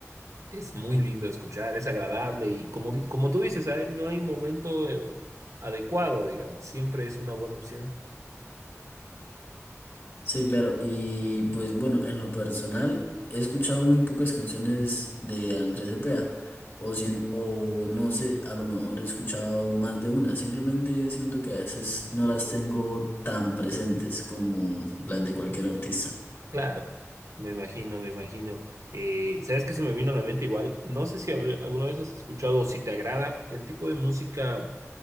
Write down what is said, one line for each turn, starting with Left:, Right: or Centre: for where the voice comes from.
Right: Es muy lindo de escuchar, es agradable y como, como tú dices, ¿sabes? no hay momento eh, adecuado, digamos, siempre es una buena opción.
Left: Sí, claro. Y pues bueno, en lo personal, he escuchado muy pocas canciones de Andrés Cepeda. O, sien- o no sé, a lo mejor he escuchado más de una. Simplemente siento que a veces no las tengo tan presentes como las de cualquier artista.
Right: Claro, me imagino, me imagino. Eh, ¿sabes qué se me vino a la mente igual? No sé si habl- alguna vez has escuchado o si te agrada el tipo de música,